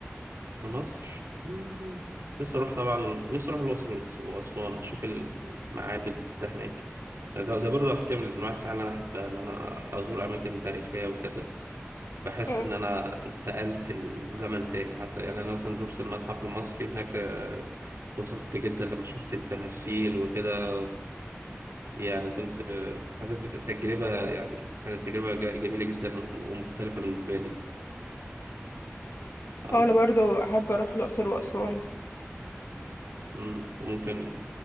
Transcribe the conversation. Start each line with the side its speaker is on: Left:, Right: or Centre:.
Right: كمصر مم. نفسي أروح طبعا نفسي أروح الأقصر والأس- وأسوان أشوف المعابد ده هناك يعني ده, ده برضه على فكرة من أنواع السياحة اللي أنا أحبها إن أنا أزور أماكن تاريخية وكده بحس
Left: مم.
Right: ان انا انتقلت الزمن تاني حتى يعني انا مثلا زرت المتحف المصري هناك آه، انبسطت جدا لما شفت التماثيل وكده يعني كنت آه، حسيت بالتجربة يعني كانت تجربة جا- جميلة جدا ومختلفة بالنسبة لي آم،
Left: اه انا برضو احب اروح الاقصر واسوان
Right: مم، ممكن